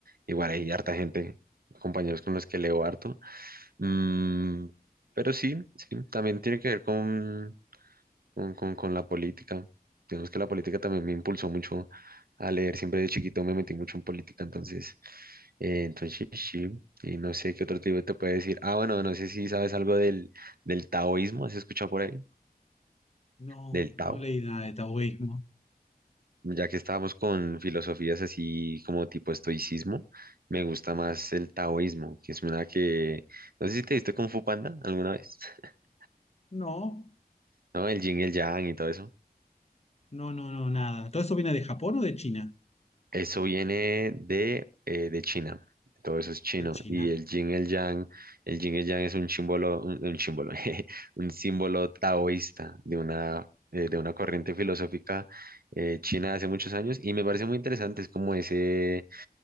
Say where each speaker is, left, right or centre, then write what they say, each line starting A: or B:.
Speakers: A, on the right; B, on the left.
A: Igual hay harta gente, compañeros con los que leo harto. Mm, pero sí, sí, también tiene que ver con, con, con- con la política. Digamos que la política también me impulsó mucho a leer. Siempre de chiquito me metí mucho en política, entonces, eh, entonces sí. Y no sé qué otro tipo te puede decir. Ah, bueno, no sé si sabes algo del, del taoísmo, ¿has escuchado por ahí?
B: No,
A: Del Tao.
B: no leí nada de taoísmo.
A: ya que estábamos con filosofías así como tipo estoicismo, me gusta más el taoísmo, que es una que, no sé si te diste Kung Fu Panda alguna vez, <laughs>
B: No,
A: ¿no? El yin y el yang y todo eso.
B: no, no, no, nada. ¿Todo eso viene de Japón o de China?
A: Eso viene de, eh, de China, todo eso es chino.
B: De China.
A: Y el yin el yang, el yin el yang es un símbolo, un, un símbolo, <laughs> jeje, un símbolo taoísta de una, eh, de una corriente filosófica eh, china de hace muchos años y me parece muy interesante, es como ese